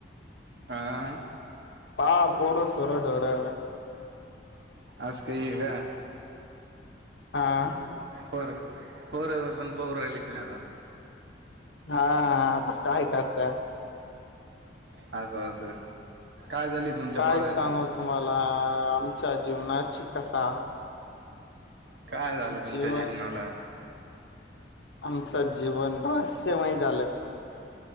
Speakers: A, on the right (about 65°); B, on the left (about 75°).
A: आ.
B: हा पोरं, सोरं, डोरं.
A: आज काय वेगळं.
B: हां.
A: बरं बरं पोर पाव राहिले की आता.
B: हा आता काय करताय?
A: असं असं काय झाली. तुमच्या
B: काय
A: पोराचं
B: सांगू तुम्हांला आमच्या जीवनाची कथा.
A: काय झालं तुमच्या
B: जीवन
A: जीवनाला?
B: आमचं जीवन रहस्यमय झालं.